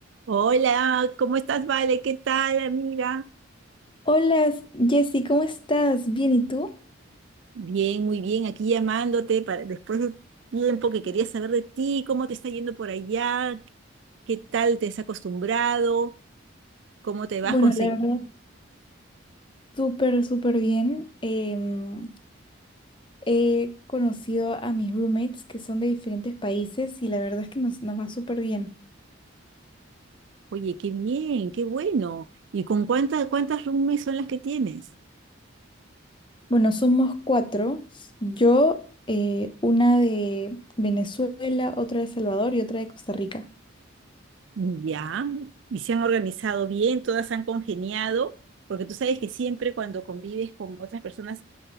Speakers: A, on the right; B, on the left.
A: Hola, ¿cómo estás, Vale? ¿Qué tal, amiga?
B: Hola, Jessy, ¿cómo estás? Bien, ¿y tú?
A: Bien, muy bien, aquí llamándote para después de tiempo que quería saber de ti, cómo te está yendo por allá, qué tal te has acostumbrado, cómo te vas
B: Bueno,
A: a conseguir.
B: la verdad, súper, súper bien. Em, he conocido a mis roommates que son de diferentes países y la verdad es que nos, nos va súper bien.
A: Oye, qué bien, qué bueno. ¿Y con cuántas cuántas roomies son las que tienes?
B: Bueno, somos cuatro. Yo, eh, una de Venezuela, otra de Salvador y otra de Costa Rica.
A: Ya, y se han organizado bien, todas han congeniado, porque tú sabes que siempre cuando convives con otras personas,